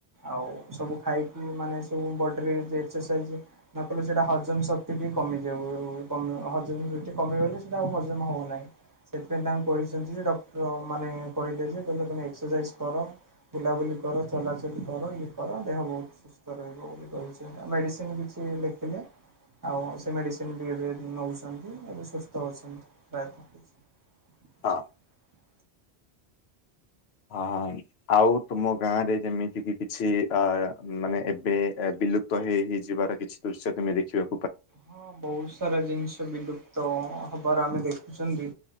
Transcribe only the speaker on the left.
ହଁ। ହଁ ହଁ ଆଉ ତୁମ ଗାଁ ରେ ଯେମିତି କିି କିଛି ମାନେ ଏବେ ବିଲୁପ୍ତ ହେଇ ହେଇଯିବାର କିଛି ଦୃଶ୍ୟ ତୁମେ ଦେଖିବ?